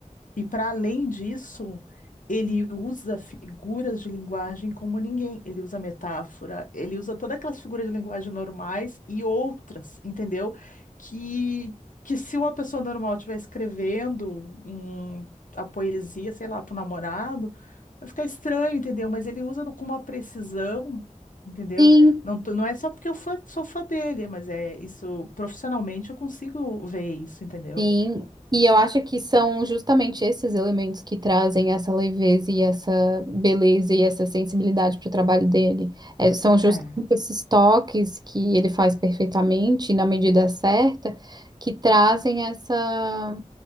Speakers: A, on the left; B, on the right.
A: E para além disso, ele usa figuras de linguagem como ninguém. Ele usa metáfora, ele usa todas aquelas figuras de linguagem normais e outras, entendeu? Que, que se uma pessoa normal estiver escrevendo um- a poesia, sei lá, para o namorado, vai ficar estranho, entendeu? Mas ele usa no- com uma precisão. Entendeu?
B: Sim,
A: Não, tô- não é só porque eu fã- sou fã dele, mas é isso, profissionalmente eu consigo ver isso, entendeu?
B: Sim, e eu acho que são justamente esses elementos que trazem essa leveza e essa beleza e essa sensibilidade para o trabalho dele. É, são justamente
A: É,
B: esses toques que ele faz perfeitamente, na medida certa, que trazem essa.